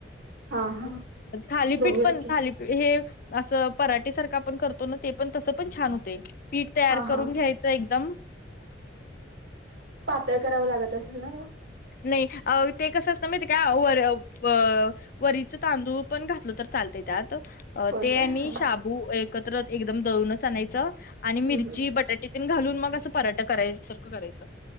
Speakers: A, on the right; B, on the left.
A: हा हा
B: थालीपीठ
A: बघूया
B: पण
A: की
B: थालीपीठ हे असं पराटे सारखं आपण करतो ना ते पण तसं पण छान होते. पीठ तयार
A: हा
B: करून
A: हा हम्म
B: घ्यायचं एकदम
A: तय कराववा लागत असेल म.
B: नाही अ ते कसं असतं माहिती का वर व वरीचा तांदूळ पण घातलं तर चालते त्यात. अ
A: होय
B: ते
A: काय
B: आणि
A: हा
B: शाबू एकत्र एकदम दळूनच आणायचं
A: हम्म
B: आणि मिरची
A: हम्म
B: बटा तेतीन घालून मग असं पराठा करायसारखं करायचं.